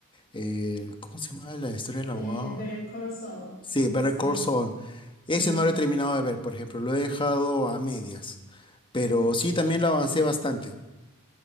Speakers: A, on the left; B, on the left.
A: eh, ¿cómo se llama la historia del
B: Eh,
A: abogado?
B: Better Call Saul.
A: Sí, Better
B: Saul,
A: Call Saul. Ese
B: ajá.
A: no lo he terminado de ver, por ejemplo. Lo he dejado a medias. Pero sí, también lo avancé bastante.